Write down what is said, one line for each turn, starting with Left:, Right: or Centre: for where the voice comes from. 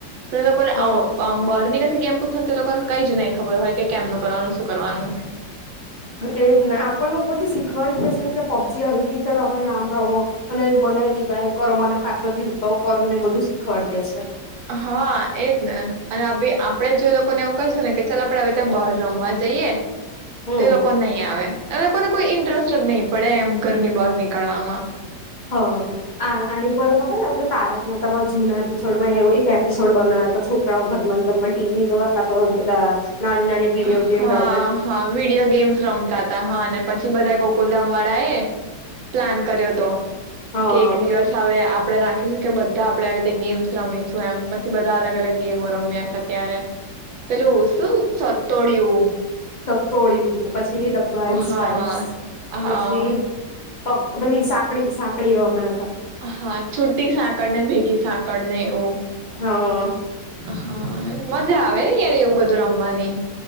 Right: તો લોકોને
Left: હા.
Right: આ ઓ બ બરની જેસી ગેમ પૂછસો ને તે લોકોને કઈ જ નહી ખબર હોય કે કેમનું કરવાનું શું કરવાનું.
Left: એ જ ના આપણ ને ઉપર થી શીખ પડી જશે કે પબજી આવી રીતે રમાય આમ રમો. અને મને રિવાઈ કરો મને પાછો જીવ તો કરો ને બધું શીખવાડ દેશે.
Right: હા એજ ને અને આપડે જો ઈ લોકોને એવું કહીશું ને કે ચાલ આપડે હવે ત્યાં બહાર રમવા જઈએ
Left: હમ
Right: તે લોકો નહી આવે. એ લોકોને કોઈ ઇન્ટરેસ્ટ જ નહી પડે એમ ઘરની બહાર નીકળવામાં
Left: હ આ આની પર ખબર આપડે તારક મહેતામાં જૂના એપિસોડમાં એવ એક એપિસોડ બનાવ્યા હતા છોકરાઓ ઘરમાં ઘરમાં ટીવી જોવા <unintelligible> પીલા નાની નાની વિડીયો
Right: અહ
Left: ગેમ
Right: હા
Left: રમે
Right: હા વિડીયો ગેમ્સ રમતા હતા હ અને પછી બધા ગોકુલધામ વાળા એ પ્લાન કર કર્યો હતો.
Left: હા
Right: કે એક દિવસ આવે આપ આપણે રાખીશું કે બધા આપણે આવી રીતે ગેમ્સ રમીશું એમ પછ છી બધા અલગ અલગ ગેમો રમ્યા હતા ત્યારે પેલું શું સો તોડ્યું.
Left: સતોળિયું પછી ડબ્બાઇસ
Right: હા
Left: પાઇસ પછી
Right: હા
Left: પક પેલી સાંકડી સાંકડી રમે.
Right: હા છુટી સાંકડ ને ભેગી સાંકળ ને એવું
Left: હા
Right: હ અ હા મજા આવે ને યાર એવું બધું રમવાની. <inaudible>